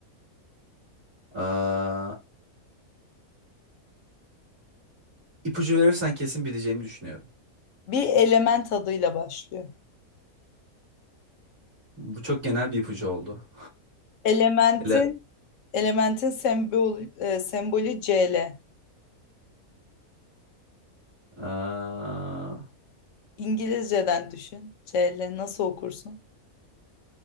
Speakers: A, on the right; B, on the left.
A: Aa, ipucu verirsen kesin bileceğimi düşünüyorum.
B: Bir element adıyla başlıyor.
A: Bu çok genel bir ipucu oldu.
B: Elementin
A: Ele...
B: elementin sembol e, sembolü Cl.
A: Aa,
B: İngilizceden düşün. C Cl nasıl okursun?